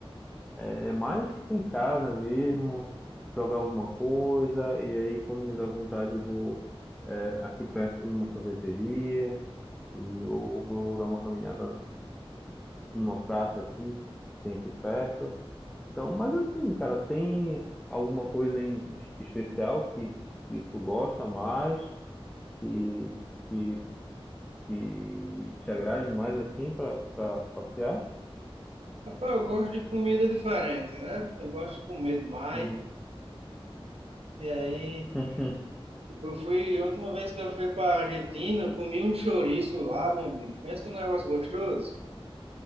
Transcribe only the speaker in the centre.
é é mais ficar em casa mesmo, jogar alguma coisa, e aí quando me dá vontade eu vou, é, aqui perto numa sorveteria e eu vou dar uma caminhada numa praça aqui, tem aqui perto. Então, mas assim, cara, tem alguma coisa em es- especial que, que tu gosta mais, que, que, que te agrade mais assim para para passear?
Uhum.
<laughs>